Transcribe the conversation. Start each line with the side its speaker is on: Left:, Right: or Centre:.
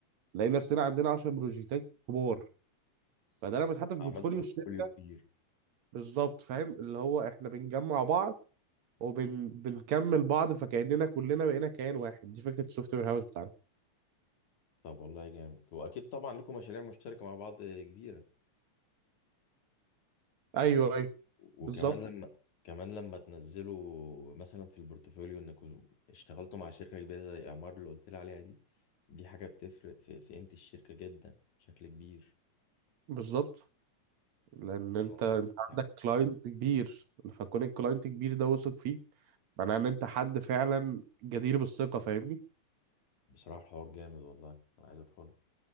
Right: نلاقي نفسنا عندنا 10 بروجكتات كبار فده لما يتحط في
Left: عملت
Right: بورتفوليو
Left: بورتفوليو
Right: الشركه
Left: كبير
Right: بالظبط فاهم اللي هو احنا بنجمع بعض وبنكمل بعض فكاننا كلنا بقينا كيان واحد دي فكره السوفت وير هاوس بتاعنا
Left: طب والله جامد واكيد طبعا لكم مشاريع مشتركه مع بعض كبيره
Right: ايوه ايوه
Left: وكمان
Right: بالظبط
Left: لما كمان لما تنزلوا مثلا في البورتفوليو انكم اشتغلتوا مع شركه كبيره زي اعمار اللي قلت لي عليها دي دي حاجه بتفرق في, في قيمه الشركه جدا بشكل كبير
Right: بالظبط لان انت
Left: الموضوع
Right: انت
Left: ده
Right: عندك
Left: يعني
Right: كلاينت كبير فكون الكلاينت كبير ده واثق فيك معناه ان انت حد فعلا جدير بالثقه فاهمني
Left: بصراحه الحوار جامد والله انا عايز ادخله